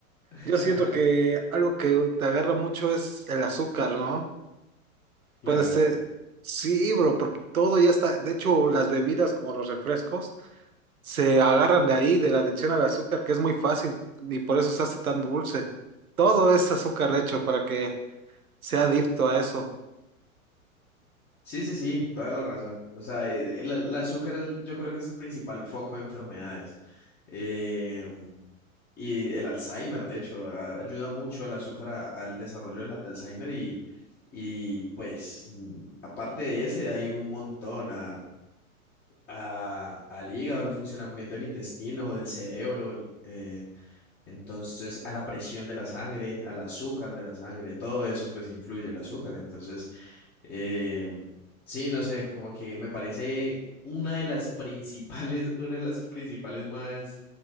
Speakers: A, on the left; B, on the right.
A: <laughs>
B: Yo
A: Ajá,
B: siento que algo que te agarra mucho es el azúcar, ¿no?
A: Claro.
B: Puede ser, sí, bro, porque todo ya está, de hecho, las bebidas como los refrescos. se agarran de ahí, de la adicción al azúcar, que es muy fácil y por eso se hace tan dulce. Todo es azúcar hecho para que sea adicto a eso.
A: Sí, sí, sí, toda la razón. O sea, el, el- el azúcar es yo creo que es el principal foco de enfermedades. Eh, y el Alzheimer, de hecho, a- ayuda mucho el azúcar a- al desarrollo del Alzheimer y, y pues mm, aparte de ese hay un montón a, a- al hígado, al funcionamiento del intestino, del cerebro, el- eh, entonces a la presión de la sangre, al azúcar de la sangre, todo eso pues influye el azúcar. Entonces... Eh, sí, no sé, como que me parece una de las principales, <laughs> una de las principales más,